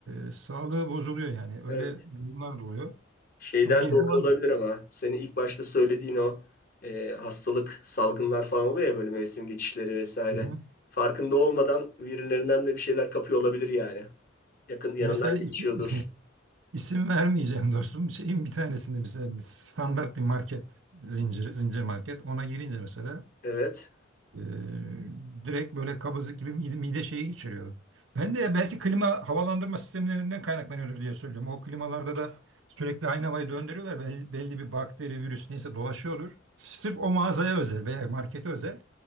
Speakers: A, on the right; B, on the left.
A: e, sağlığı bozuluyor yani. Öyle
B: evet.
A: durumlar da oluyor.
B: Şeyden
A: Ama yine
B: dolayı
A: de var.
B: olabilir ama senin ilk başta söylediğin o e, hastalık, salgınlar falan oluyor ya böyle mevsim geçişleri vesaire.
A: Hı hı.
B: Farkında olmadan birilerinden de bir şeyler kapıyor olabilir yani. Yakın yanından
A: Mesela is-
B: geçiyordur.
A: <laughs> isim vermeyeceğim dostum. Şeyin bir tanesinde mesela bir standart bir market zinciri, zincir market. Ona girince mesela
B: Evet.
A: Ee, direkt böyle kabızlık gibi mide, mide şeyi geçiriyor. Ben de belki klima havalandırma sistemlerinden kaynaklanıyordur diye söylüyorum. O klimalarda da sürekli aynı havayı döndürüyorlar. Belli, belli bir bakteri, virüs neyse dolaşıyordur. Sırf o mağazaya özel veya markete özel